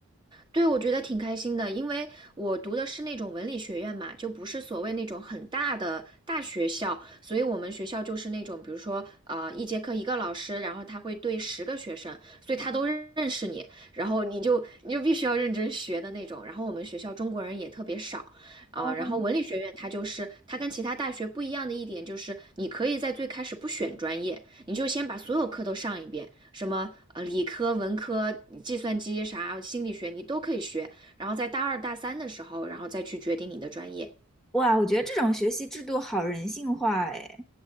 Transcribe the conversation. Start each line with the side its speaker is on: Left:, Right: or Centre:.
Right: 对，我觉得挺开心的，因为我读的是那种文理学院嘛，就不是所谓那种很大的大学校，所以我们学校就是那种，比如说，呃，一节课一个老师，然后他会对十个学生，所以他都认认识你，然后你就你就必须要认真学的那种。然后我们学校中国人也特别少，啊、
Centre: 哦，
Right: 然后文理学院它就是它跟其他大学不一样的一点就是，你可以在最开始不选专业，你就先把所有课都上一遍，什么呃理科、文科、计算机啥、心理学你都可以学，然后在大二大三的时候，然后再去决定你的专业。
Centre: 哇，我觉得这种学习制度好人性化哎，